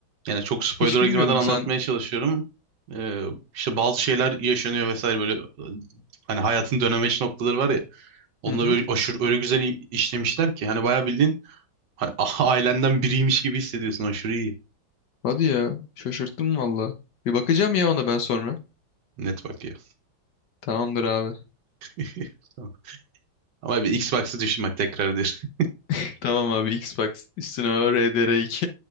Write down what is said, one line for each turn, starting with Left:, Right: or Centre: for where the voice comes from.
Right: Yani çok spoiler'a
Left: Hiç bilmiyordum
Right: girmeden anlatmaya
Left: sen.
Right: çalışıyorum. Ee, işte bazı şeyler yaşanıyor vesaire böyle e, hani hayatın dönemeç noktaları var ya. Onları
Left: Hı hı.
Right: böyle aşırı öyle güzel i- işlemişler ki hani bayağı bildiğin hani <laughs> ailenden biriymiş gibi hissediyorsun aşırı iyi.
Left: Hadi ya. Şaşırttın valla. Bir bakacağım ya ona ben sonra.
Right: Network ya.
Left: Tamamdır abi.
Right: <laughs> Tamam. Ama bir Xbox'ı düşün bak tekrar
Left: <laughs> Tamam abi Xbox. Üstüne o RDR2.